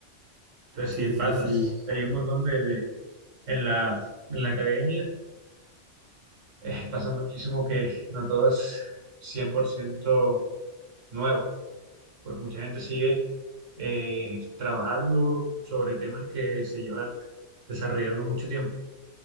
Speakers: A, on the right; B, on the right.
A: Entonces,
B: Sí,
A: sí, pasa.
B: sí, sí.
A: Hay un montón de, de- en la, en la academia eh, <laughs> pasa muchísimo que no todo es 100% nuevo, pues mucha gente sigue eh, trabajando sobre temas que se llevan desarrollando mucho tiempo.